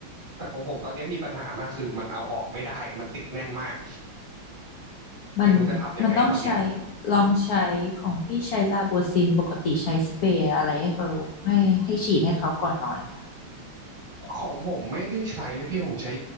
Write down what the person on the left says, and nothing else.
มันมันต้องใช้ลองใช้ของพี่ใช้ลาโบซินปกติใช้สเปรย์อะไรให้เขาให้ให้ฉีดให้เขาก่อนนอนเนยคะ